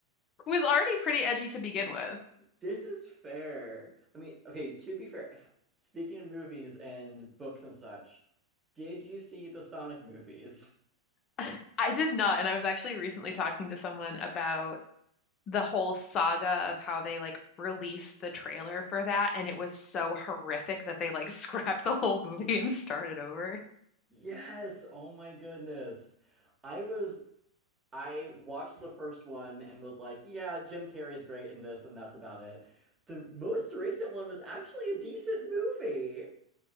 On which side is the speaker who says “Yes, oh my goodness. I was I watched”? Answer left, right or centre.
Right